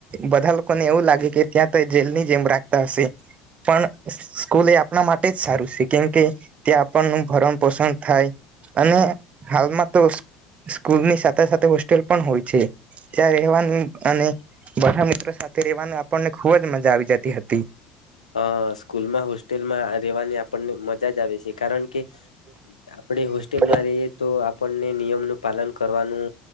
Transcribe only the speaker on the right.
બધા લોકોને એવું લાગે કે ત્યાં તો જેલની જેમ રાખતા હશે પણ સ્કૂલ એ આપણા માટે જ સારું છે કેમકે ત્યાં આપણનું ભરણ પોષણ થાય અને હાલમાં તો સ્કૂલની સાથે સાથે હોસ્ટેલ પણ હોય છે ત્યાં રહેવાની અને <unintelligible> મિત્રો સાથે રવાની આપણને ખુબ જ મજા આવી જતી હતી
આપણે